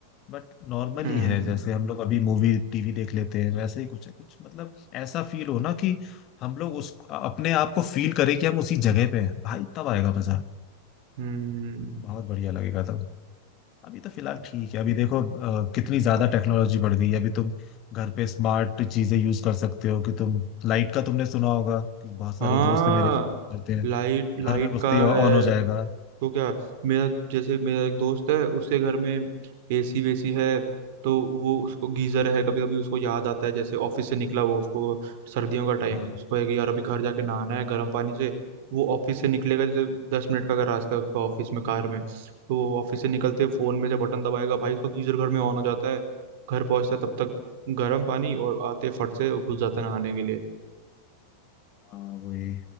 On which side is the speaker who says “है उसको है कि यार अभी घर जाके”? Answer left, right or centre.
Right